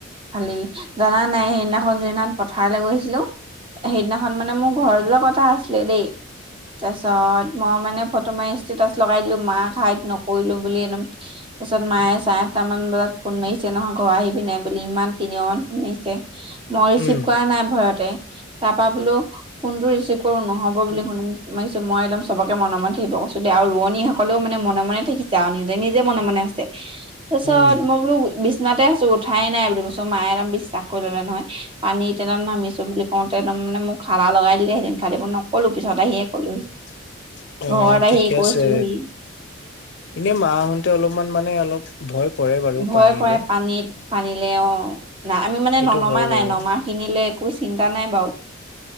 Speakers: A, on the right; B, on the left.
A: ভালেই জানা নে নাই সেইদিনাখন যিদিনা পথাৰলৈ গৈছিলো সেইদিনাখন মানে মোৰ ঘৰ যোৱা কথা আছিলে দেই তাৰপিছত মই মানে ফটো মাৰি ষ্টেটাচ লগাই দিলো মাক হাইত নকৰিলো বুলি একদম তাৰপিছত মায়ে চাৰে আঠটা মান বজাত ফোন মাৰিছে নহয় ঘৰ আহিবি নাই বুলি ইমান তিনিও ইমান ফু আহিছে মই ৰিচিভ
B: উম
A: কৰা নাই ভয়তে তাৰ পৰা বোলো ফোন টো ৰিচিভ কৰো নহ'ব বুলি শুনি মাৰিছো মই একদম চবকে মনে মন থাকিব কৈছো দে আৰু ৰ নি সকলেও মানে মনে মনে থাকিছে আৰু নিজে নিজে মনে মনে আছে তাৰপিছত
B: উম
A: মই বোলো বিচনাতে আছো উঠাই নাই বুলি কৈছো মায়ে একদম বিশ্বাস কৰি ললে নহয় পানী তলত নামিছো বুলি কওঁতে একদম মে মোক খালা লগাই দিলে হেতেন খালি এইবোৰ নকলো পিছত আহিয়ে কলোহি
B: <inaudible> অ
A: ঘৰত আহি
B: ঠিকে
A: কৈছোহি
B: আছে এনে মা আহুতে অলপমান মানে অলপ ভয় কৰে বাৰু
A: ভয়
B: পানীলৈ
A: কৰে পানীত পানীলে অ না আমি মানে
B: এইটো
A: ননমা
B: হয়
A: নাই
B: বাৰু
A: নমা খিনিলে একো চিন্তা নাই বাৰু